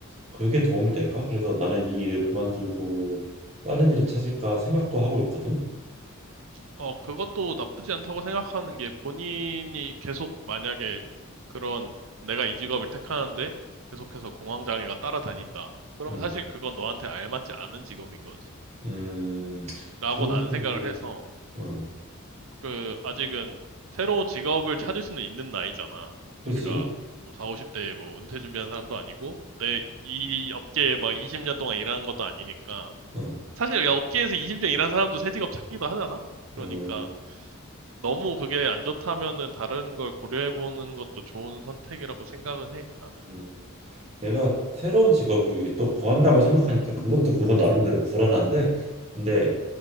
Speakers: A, on the right (about 30°); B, on the right (about 70°).
A: 그게 도움이 될까? 그래서 나는 이 일을 그만두고 다른 일을 찾을까 생각도 하고 있거든.
B: 어, 그것도 나쁘지 않다고 생각하는 게 본인이 계속 만약에 그런 내가 이 직업을 택하는데 계속해서 공황장애가 따라다닌다. 그러면
A: 음,
B: 사실 그건 너한테 알맞지 않은 직업인 거지.
A: 음,
B: 라고
A: 그
B: 나는
A: 부분도,
B: 생각을 해서
A: 응,
B: 그 아직은 새로운 직업을 찾을 수는 있는 나이잖아. 우리가
A: 그지?
B: 뭐 4, 50대에 뭐 은퇴 준비한 사람도 아니고 내 이 업계에 막 20년 동안 일하는 것도 아니니까
A: 어.
B: 사실 야, 업계에서 20년 일한 사람도 새 직업 찾기도 하잖아. 그러니까
A: 음,
B: 너무 그게 안 좋다면은 다른 걸 고려해보는 것도 좋은 선택이라고 생각은 해, 나는.
A: 음. 내가 새로운 직업을 이게 또 구한다고 생각하니까 그것도 그거 나름대로 불안한데 근데